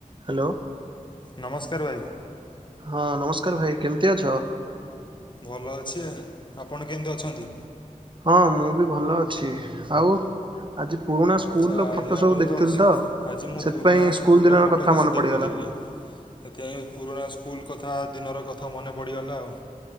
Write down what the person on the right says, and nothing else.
Hello
ହଁ ନମସ୍କାର ଭାଇ କେମିତି ଅଛ
ହଁ ମୁଁ ବି ଭଲ ଅଛି ଆଉ? ଆଜି ପୁରୁଣା ସ୍କୁଲର
ଫଟୋ ସବୁ
ଦେଖିଥିଲି ତ
ସେଥିପାଇଁ
ସ୍କୁଲ ଦିନର
କଥା
ମନେ
ପଡିଗଲା।